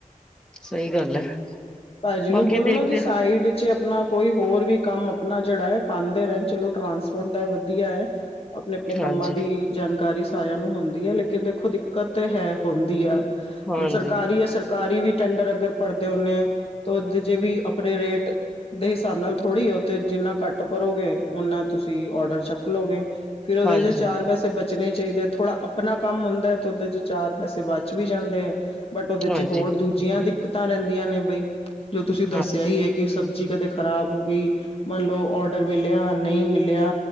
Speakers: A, in the centre; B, on the left (about 40°).
A: ਸਹੀ ਗੱਲ ਹੈ।
B: ਭਾਜੀ
A: ਬਾਕੀ
B: ਨੂੰ ਬੋਲੋ
A: ਦੇਖਦੇ
B: ਨਾ ਕਿ ਸਾਈਡ ਵਿੱਚ ਆਪਣਾ ਕੋਈ ਹੋਰ ਵੀ ਕੰਮ ਆਪਣਾ ਜਿਹੜਾ ਹੈ ਪਾਂਦੇ ਰਹਿਣ, ਚਲੋ ਟਰਾਂਸਪੋਰਟ ਦਾ ਵਧੀਆ ਐ। ਆਪਣੇ-ਆਪਣੇ ਕੰਮਾਂ
A: ਹਾਂਜੀ,
B: ਦੀ ਜਾਣਕਾਰੀ ਸਾਰਿਆਂ ਨੂੰ ਹੁੰਦੀ ਐ ਲੇਕਿਨ, ਦੇਖੋ ਦਿੱਕਤ ਤੇ ਹੈ ਹੁੰਦੀ ਆ। ਹੁਣ
A: ਹਾਂਜੀ,
B: ਸਰਕਾਰੀ ਏ, ਸਰਕਾਰੀ ਵੀ ਟੈਂਡਰ ਅਗਰ ਭਰਦੇ ਹੁੰਨੇ, ਤੇ ਉਹਦੇ 'ਚ ਵੀ ਆਪਨੇ ਰੇਟ ਦੇ ਹਿਸਾਬ ਨਾਲ ਥੋੜ੍ਹੀ ਉਹ ਤੇ ਜਿੰਨਾ ਕੱਟ ਭਰੋਗੇ, ਓਨਾ ਤੁਸੀਂ ਔਡਰ ਚੱਕਲੋ ਗੇ। ਫੇਰ ਉਹਦੇ
A: ਹਾਂਜੀ,
B: ਚੋਂ ਚਾਰ ਪੈਸੇ ਬਚਣੇ ਚਾਈਦੇ, ਥੋੜ੍ਹਾ ਆਪਣਾ ਕੰਮ ਹੁੰਦਾ ਏ ਤੇ ਉਹਦੇ 'ਚ ਚਾਰ ਪੈਸੇ ਬਚ ਵੀ ਜਾਂਦੇ ਐ। ਬਟ ਉਹਦੇ
A: ਹਾਂਜੀ,
B: 'ਚ ਹੋਰ ਦੂਜੀਆਂ ਦਿੱਕਤਾਂ ਰਹਿੰਦੀਆਂ ਨੇ ਬਈ, ਜੋ ਤੁਸੀਂ ਦੱਸਿਆ
A: ਹਾਂ
B: ਈ ਏ। ਕਿ ਸਬਜ਼ੀ ਕਦੇ ਖ਼ਰਾਬ ਹੋ ਗਈ, ਮੰਨ ਲਓ ਔਡਰ ਮਿਲਿਆ, ਨ‌ਈਂ ਮਿਲਿਆ।